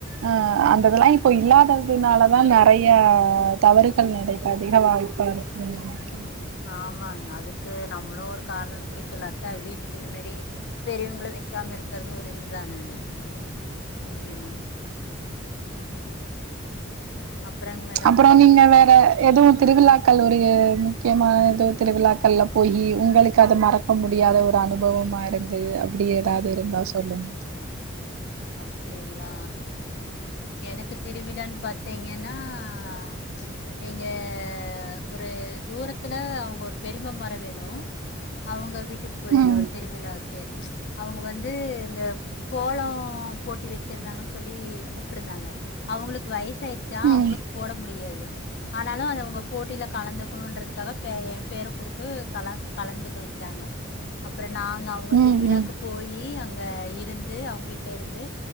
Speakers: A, on the right; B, on the left.
A: அ அந்த இதுல்லா இப்ப இல்லாததுனால தா நறைய தவறுகள் நடக் இப்ப அதிக வாய்ப்பாருக்குன் நெனைக்கிறே
B: ஆமாங்க அதுக்கு நம்ளு ஒரு காரணோ <unintelligible> த வீட்டுக் இந்த மேரி பெரியவங்களு வெக்காம இருக்கிறது ஒரு இது தானாங்க ம் அப்புறங்க மேடம்
A: அப்புற நீங்க வேற எதுவு திருவிழாக்கள் உரிய முக்கியமா எதோ திருவிழாக்கள்ல போயி உங்களுக்கு அத மறக்க முடியாத ஒரு அனுபவமா இருந்து அப்டி ஏதாவது இருந்தா சொல்லுங்க
B: அப்படிங்களா எனக்கு தெர் விடன் பா்த்தீங்கன்னா ச் எங்க ஒரு தூரத் த்தில அவுங்க ஒரு பெரிமா மொற வேணு அவுங்க விட் ட்டுக்கு போயிருந்த
A: ம்
B: ஒரு திருவிழாக்கு ச் அவுங்க வந்து இந்த கோலோ ஆ போட்டி வெச்சிருந்தாங்கன் சொல்லி கூப்பிட்ருந்தாங்க அவுங்களுக்கு வயசு ஆயிருச்சா
A: ம்
B: அவுங்களுக் போட முடியாது ஆனாலு அத அவுங்க போட்டியில கலந்துக்கனுன்றதுக்காக ப எ பேர குடுத்து கல கலந்துக்க வெச்சாங்க அப்புறோ நாங்க அவுங்க
A: ம்
B: திருவிழாக்கு
A: ம்
B: போயி அங் க இருந்து அவுங்க வீட் ல இருந்து